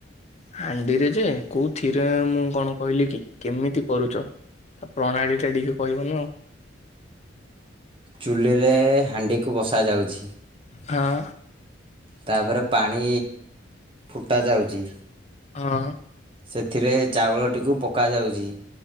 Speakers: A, on the left; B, on the right.
A: ହାଣ୍ଡିରେ ଯେ, କୋଉଥିରେ ମୁଁ କଣ କହିଲି କି। କେମିତି କରୁଛ? ତା ପ୍ରଣାଳୀ ଟା ଟିକେ କହିବନା ଆଉ
B: ଚୁଲିରେ ହାଣ୍ଡିକୁ ବସା ଯାଉଛି।
A: ହଁ।
B: ତାପରେ ପାଣି ଫୁଟା ଯାଉଛି।
A: ହଁ।
B: ସେଥିରେ ଚାଉଳଟିକୁ ପକାଯାଉଛି।